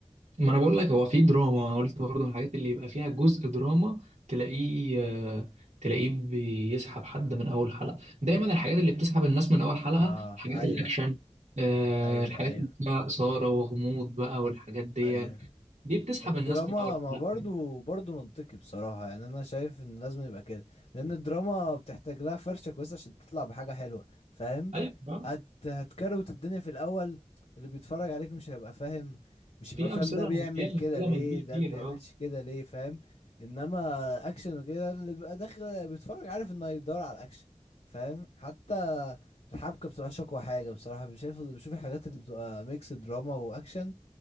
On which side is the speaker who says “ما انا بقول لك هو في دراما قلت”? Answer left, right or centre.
Right